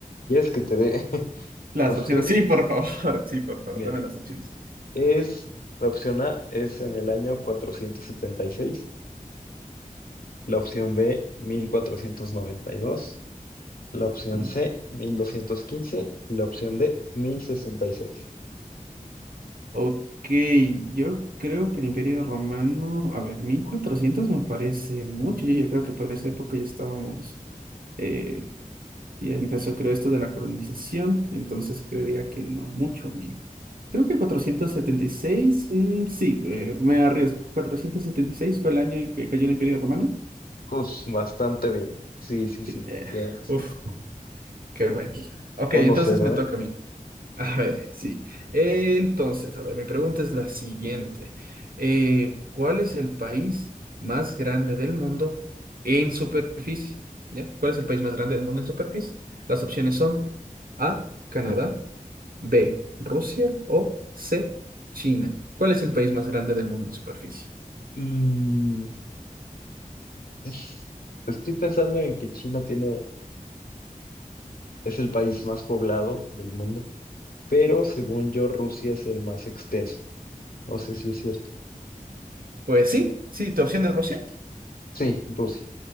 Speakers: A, on the left; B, on the right.
A: ¿Quieres que te dé <laughs>
B: Las
A: opciones?
B: opciones, sí, por favor, <laughs> sí, por favor,
A: Mira.
B: dame las opciones.
A: Es, la opción A es en el año 476, la opción B 1492, la opción
B: Mucho.
A: C 1215 y la opción D 1066.
B: Ok, yo creo que el Imperio Romano, a ver, 1400 me parece mucho. Yo, yo creo que por esa época ya estábamos, eh, Y empezó, creo, esto de la colonización, entonces creería que no mucho, mil. Creo que 476, mm, sí, eh, me arriesgo. cuatrocientos setenta y seis fue el año en que cayó el Imperio Romano.
A: Pues bastante bien. Sí, sí, sí,
B: Sí, eh,
A: ya es
B: uf, qué bueno. Ok,
A: uno
B: entonces
A: cero
B: me toca
A: ¿eh?
B: a mí. A ver, sí. Eh, entonces, a ver, mi pregunta es la siguiente. Eh, ¿cuál es el país más grande del mundo en superficie? ¿Ya? ¿Cuál es el país más grande del mundo en superficie? Las opciones son A, Canadá, B, Rusia o C, China. ¿Cuál es el país más grande del mundo en superficie?
A: Mm, es- estoy pensando en que China tiene, es el país más poblado del mundo, pero según yo Rusia es el más extenso. No sé si es cierto.
B: Pues sí, sí, tu opción es Rusia.
A: Sí, Rusia.